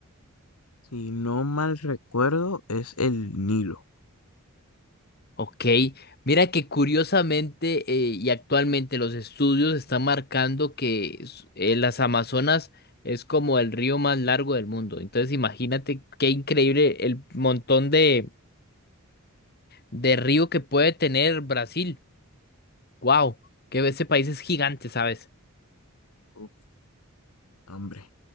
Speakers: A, on the left; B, on the left.
A: si no mal recuerdo, es el Nilo.
B: Ok, mira que curiosamente eh, y actualmente los estudios están marcando que s- eh, las Amazonas es como el río más largo del mundo. Entonces imagínate qué increíble el montón de, de río que puede tener Brasil. Wow, que ese país es gigante, ¿sabes?
A: Uh, hombre.